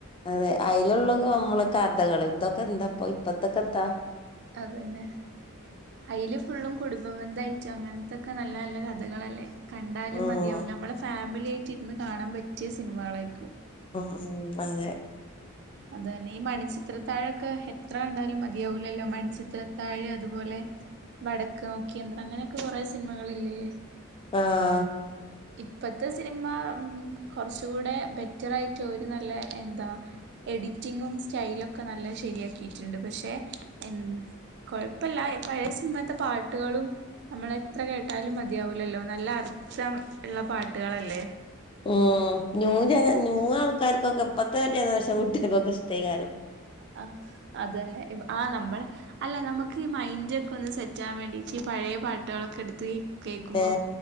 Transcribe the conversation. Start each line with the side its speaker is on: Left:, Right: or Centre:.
Left: അതെ അയിലുള്ള നമ്മളെ കഥകള് ഇതൊക്കെ എന്താ ഇപ്പൊ ഇപ്പത്തൊക്കെ എത്താ
Right: അതന്നെ അയില് ഫുള്ളും കുടുംബബന്ധയിട്ടും അങ്ങൻത്തൊക്കെ നല്ല നല്ല കഥകളല്ലേ കണ്ടാലും
Left: ഉം
Right: മതിയാകൂല്ല നമ്മളെ ഫാമിലിയായിട്ട് ഇരുന്ന് കാണാൻ പറ്റിയ സിനിമകളായിരിക്കും
Left: ഓഹ് ഹ്മ്മ് അതെ.
Right: അത്തന്നെ ഈ മണചിത്രത്താഴൊക്കെ എത്ര കണ്ടാലും മതിയാവൂലല്ലോ മണിച്ചിത്രത്താഴ് അതുപോലെ വടക്ക് നോക്കി യന്ത്രം അങ്ങനൊക്കെ കൊറെ സിനിമകളില്ലേ
Left: ആഹ്
Right: ഇപ്പത്തെ സിനിമ ഹ്മ്മ് കൊറച്ചുടെ ബെറ്ററായിട്ട് ഒര് നല്ലെ എന്താ എഡിറ്റിങ്ങും സ്റ്റൈലൊക്കെ നല്ല ശെരിയാക്കിട്ട്ണ്ട് പക്ഷെ എൻ കൊഴപ്പല്ല പഴയെ സിനിമേത്തെ പാട്ടുകളും നമ്മളെത്ര കേട്ടാലും മതിയാവൂലല്ലോ നല്ല അർത്ഥം ഇള്ള പാട്ടുകളല്ലേ
Left: ഹ്മ്മ് ന്യൂ ജന ന്യൂ ആൾക്കാർക്കൊക്കെ ഇപ്പഴത്തെ ജനറേഷൻ കുട്ടിയേൾക്കൊക്കെ ഇഷ്ട്ടേക്കാരും
Right: ആഹ് അതന്നെ ആഹ് നമ്മളെ അല്ല നമുക്ക് ഈ മൈൻഡോക്കെ ഒന്ന് സെറ്റാവാൻ വേണ്ടിട്ട് ഈ പഴയ പാട്ടുകളൊക്കെ എടുത്ത് കേക്കുമ്പോ
Left: പിന്നെ